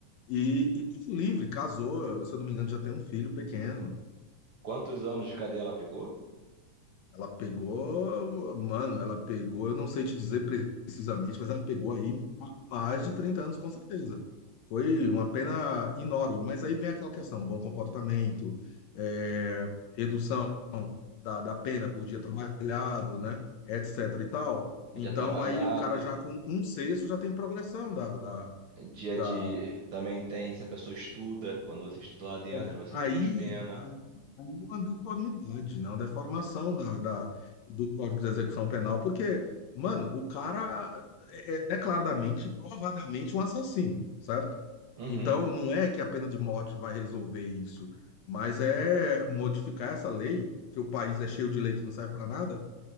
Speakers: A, on the left (about 75°); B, on the right (about 60°).
A: e, e livre, casou, se eu não me engano, já tem um filho pequeno,
B: quantos anos de cadeia ela pegou?
A: Ela pegou, mano, ela pegou, eu não sei te dizer precisamente, mas ela pegou aí mais de 30 anos, com certeza. Foi uma pena enorme. Mas aí vem aquela questão: bom comportamento, é, redução da, da pena por dia trabalhado, né? Etc e tal. Então
B: Dia trabalhado,
A: aí o cara já com um sexto já tem progressão da, da,
B: dia
A: da,
B: de. Também tem, se a pessoa estuda, quando você estuda lá dentro,
A: É,
B: você
A: Aí,
B: reduz pena.
A: aí, aí é uma deformidade, né? Uma deformação da, da- do Código de Execução Penal, porque, mano, o cara é é declaradamente, provadamente um assassino, certo?
B: Uhum.
A: Então, não é que a pena de morte vai resolver isso, mas é modificar essa lei, que o país é cheio de lei que não serve para nada,